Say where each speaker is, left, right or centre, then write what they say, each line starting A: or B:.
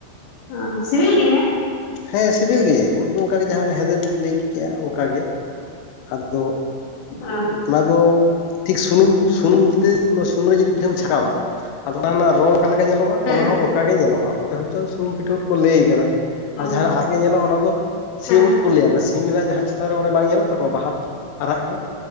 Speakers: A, on the left (about 65°); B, on the left (about 80°).
A: ᱚ ᱥᱵᱤᱞ ᱜᱮᱭᱟ
B: ᱦᱮᱸ ᱥᱤᱵᱤᱞ ᱜᱮ ᱩᱫ ᱫᱚ ᱚᱱᱠᱟᱜᱮ ᱡᱟᱦᱟᱸ ᱦᱮᱸᱫᱮᱢ ᱞᱟᱹᱭ ᱠᱮᱜᱼᱟ ᱚᱱᱠᱟ ᱜᱮ ᱟᱫᱚ
A: ᱚ
B: ᱚᱱᱟ ᱫᱚ ᱴᱷᱤᱠ ᱥᱩᱱᱩᱢ ᱥᱩᱱᱩᱢ ᱡᱩᱫᱤ ᱚᱱᱟ ᱥᱩᱱᱩᱢ ᱨᱮ ᱡᱩᱫᱤ ᱯᱤᱴᱷᱟᱹᱢ ᱪᱷᱟᱠᱟᱣᱟ ᱟᱫᱚ ᱚᱱᱟ ᱨᱮᱱᱟᱜ ᱨᱚᱝ ᱚᱠᱟᱞᱮᱠᱟ ᱧᱮᱞᱚᱜᱼᱟ
A: ᱦᱮᱸ
B: ᱚᱱᱟ ᱦᱚᱸ ᱚᱱᱠᱟ ᱜᱮ ᱧᱮᱞᱚᱜᱼᱟ ᱚᱱᱛᱮ ᱦᱳᱭᱛᱳ ᱥᱩᱱᱩᱢ ᱯᱤᱴᱷᱟᱹ ᱩᱫ ᱠᱚ ᱞᱟᱹᱭ ᱟᱠᱟᱫᱟ
A: ᱚ
B: ᱟᱨ ᱡᱟᱦᱟ ᱜᱮ ᱧᱮᱞᱚᱜᱼᱟ ᱚᱱᱟ ᱫᱚ ᱥᱤᱢ
A: ᱦᱮᱸ
B: ᱩᱫ ᱠᱚ ᱞᱟᱹᱭᱟ ᱥᱤᱢ ᱨᱮᱱᱟᱜ ᱡᱟᱦᱟᱸ ᱪᱮᱛᱟᱱ ᱨᱮ ᱚᱱᱮ ᱵᱟᱝ ᱧᱮᱞᱚᱜ ᱛᱟᱠᱚᱣᱟ ᱵᱟᱦᱟᱛᱮᱜ ᱟᱨᱟᱜ ᱜᱮ